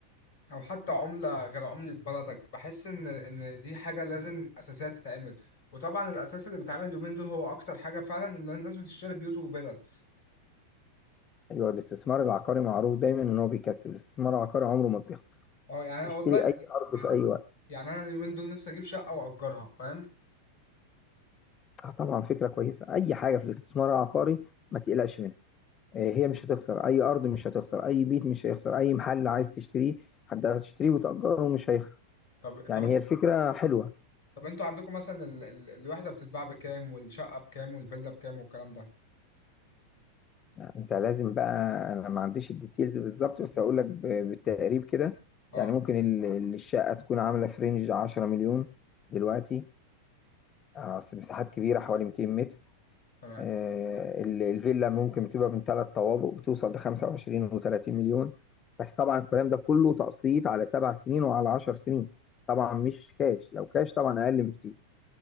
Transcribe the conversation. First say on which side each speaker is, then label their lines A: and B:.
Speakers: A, on the left; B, on the left.
A: او حتى عملة غير عملة بلدك بحس ان ان دي حاجة لازم اساسية تتعمل وطبعا الاساس اللي بيتعمل اليومين دول هو اكتر حاجة فعلا ان الناس بتشتري بيوت وفلل
B: ايوه الاستثمار العقاري معروف دايما ان هو بيكسب الاستثمار العقاري عمره ما بيخسر
A: اه يعني أنا
B: اشتري
A: والله
B: اي ارض
A: يعني
B: في اي وقت
A: يعني انا اليومين دول نفسي اجيب شقة واجرها فاهم
B: اه طبعا فكرة كويسة أي حاجة في الاستثمار العقاري ما تقلقش منها آه، هي مش هتخسر أي أرض مش هتخسر أي بيت مش هيخسر أي محل عايز تشتريه حد هتشتريه وتأجره مش هيخسر
A: طب
B: يعني
A: طب انت-
B: هي الفكرة حلوة
A: طب انتوا عندكم مثلا ال... ال... الوحدة بتتباع بكام والشقة بكام والفيلا بكام والكلام ده
B: يعني أنت لازم بقى أنا ما عنديش الديتيلز بالظبط بس هقول لك ب- بالتقريب كده
A: اه
B: يعني ممكن ال- ال- الشقة تكون عاملة في رينج 10 مليون دلوقتي آه، أصل مساحات كبيرة حوالي 200 متر
A: تمام
B: آه، ال- الفيلا ممكن بتبقى من ثلاث طوابق بتوصل ل 25 و30 مليون بس طبعا الكلام ده كله تقسيط على سبع سنين وعلى عشر سنين طبعا مش كاش لو كاش طبعا اقل بكتير